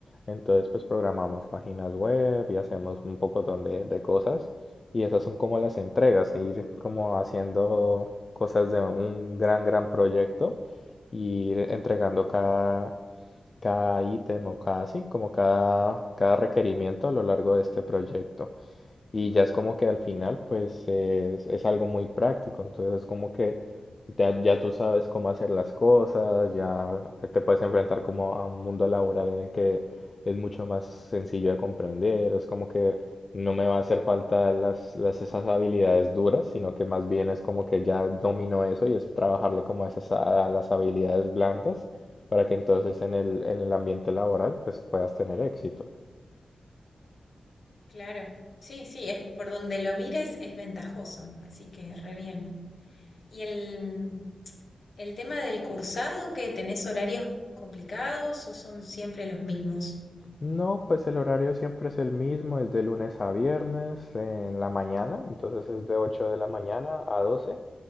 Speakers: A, on the left; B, on the left.
A: Entonces pues programamos páginas web y hacemos un pocotón de, de cosas y esas son como las entregas, ir como haciendo cosas de un gran, gran proyecto y ir entregando cada, cada ítem o cada, sí, como cada, cada requerimiento a lo largo de este proyecto. Y ya es como que al final, pues es, es algo muy práctico. Entonces es como que ya, ya tú sabes cómo hacer las cosas, ya te puedes enfrentar como a un mundo laboral en el que es mucho más sencillo de comprender. Es como que no me va a hacer falta las, las, esas habilidades duras, sino que más bien es como que ya domino eso y es trabajarle como a esas, a las habilidades blandas para que entonces en el, en el ambiente laboral pues puedas tener éxito.
B: Claro, sí, sí, es por donde lo mires es ventajoso, así que re bien. ¿Y el, el tema del cursado, que tenés horarios complicados o son siempre los mismos?
A: No, pues el horario siempre es el mismo, es de lunes a viernes en la mañana, entonces es de 8 de la mañana a 12